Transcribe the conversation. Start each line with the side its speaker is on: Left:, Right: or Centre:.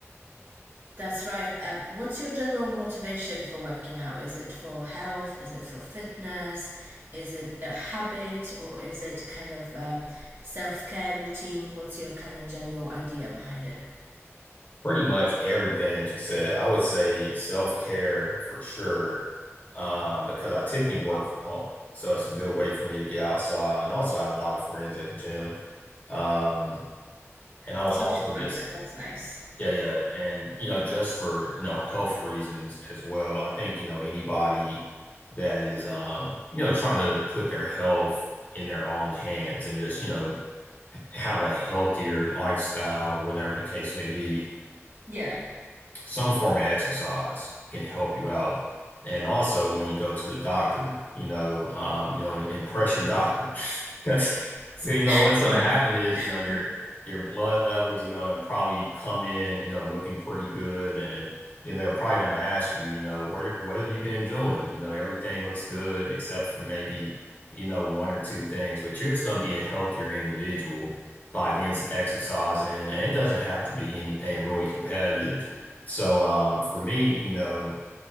Right: That's right. Um, what's your general motivation for working out? Is it for health? Is it for fitness? Is it a habit or is it kind of um, self care routine? What's your kind of general idea behind it?
Left: Pretty much everything that you said. I would say self-care for sure, um, because I typically work from home. So it's a good way for me to get outside and also I have a lot of friends at the gym. Um, and I would
Right: Social
Left: also
Right: factor,
Left: just,
Right: that's nice.
Left: yeah, yeah. And, you know, just for, you know, health reasons as well. I think, you know, anybody that is, um, you know, trying to put their health in their own hands and just, you know, have a healthier lifestyle or whatever the case may be
Right: Yeah.
Left: some form of exercise can help you out. And also when you go to the doctor, you know, um, you know, impress your doctor. <laughs> Because
Right: <laughs>
Left: you know what's gonna happen is, you know, your your blood levels are gonna probably come in, you know, looking pretty good and you know, they're probably gonna ask you, you know, what what have you been doing? You know, everything looks good except for maybe, you know, one or two things, but you're just gonna be a healthier individual by getting some exercise in. And it doesn't have to be anything really competitive so um, for me, you know,